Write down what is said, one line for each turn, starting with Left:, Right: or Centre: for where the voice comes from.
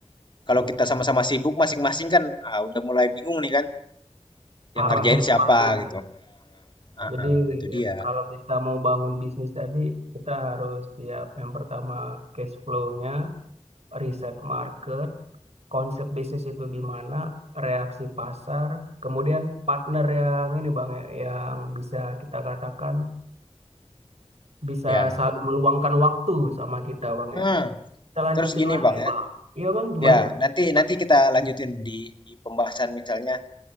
Left: kalau kita sama-sama sibuk masing-masing kan ah, udah mulai bingung nih kan yang
Right: arahnya
Left: ngerjain
Right: kemana.
Left: siapa gitu. Heeh,
Right: Jadi
Left: itu
Right: ya,
Left: dia.
Right: kalau kita mau bangun bisnis tadi, kita harus siap yang pertama cash flow-nya, riset market, konsep bisnis itu gimana, reaksi pasar, kemudian partner yang ini Bang, ya, yang bisa kita katakan bisa
Left: Ya.
Right: saling meluangkan waktu sama kita Bang
Left: Hmm,
Right: ya. Kita lanjutin
Left: terus gini
Right: lagi
Left: Bang ya.
Right: Bang. Iya Bang, gimana?
Left: Ya, nanti nanti kita lanjutin di di pembahasan misalnya